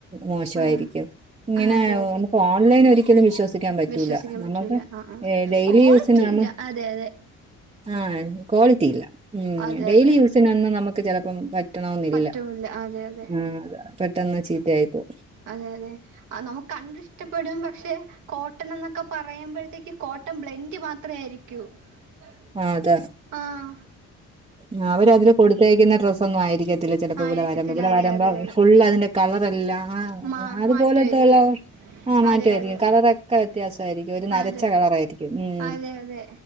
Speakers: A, on the right; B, on the right.
A: മോശയിരിക്കും
B: ആ
A: ഇങ്ങനെ
B: ആ അതെ
A: ഒ
B: അതെ
A: നമുക്ക് ഓൺ ഓൺലൈൻ ഒരിക്കലും വിശ്വസിക്കാൻ പറ്റൂല്ല
B: വിശ്വസിക്കാൻ
A: നമക്ക്
B: പറ്റൂല ആ ആ
A: എ ഡെയ്ലി
B: ക്വാളിറ്റി
A: യൂസിന് നമ
B: ഇല്ല അതെ അതെ
A: ആ ക്വാളിറ്റി ഇല്ല ഉം
B: അതെ
A: ഡെയ്ലി
B: അതെ
A: യൂസിനൊന്നും നമ്മക്ക് ചെലപ്പംപറ്റ് ട്ടണമെന്നില്ല
B: പറ്റൂല്ല അതെ അതെ
A: ആ പെട്ടെന്ന് ചീത്തയായിപ്പോ
B: അതെ അതെ അ നമുക്ക് കണ്ടിഷ്ട പെടും പക്ഷെ കോട്ടൺ എന്നൊക്കെ പറയുമ്പോഴത്തേക്ക് കോട്ടൺ ബ്ലെൻഡ് മാത്രെ ആയിരിക്കൂ <unintelligible>
A: ആഹ് അത
B: ആഹ്
A: ആഹ് അവര് അതില് കൊടുത്തേക്കുന്ന ഡ്രസ്സ ഒന്നും ആയിരിക്കത്തില്ല ചിലപ്പോ
B: ആയിരിക്കത്തില്ല
A: ഇവടെ വരമ്പോ ഇവടെ
B: അതെ
A: വരമ്പോ
B: അതെ അതെ
A: ഫുള് അതിന് കളറല്ല ആ
B: മാ
A: അതുപോലെത്തല്ലോ
B: മാറ്റമായിരിക്കും
A: ആഹ് മാറ്റമായിരിക്കും
B: അതെ അതെ
A: കളറൊക്കെ വ്യത്യാസമായിരിക്കും ഒരു നരച്ച
B: അതെ
A: കളറ ആയിരിക്കും ഉം
B: അതെ അതെ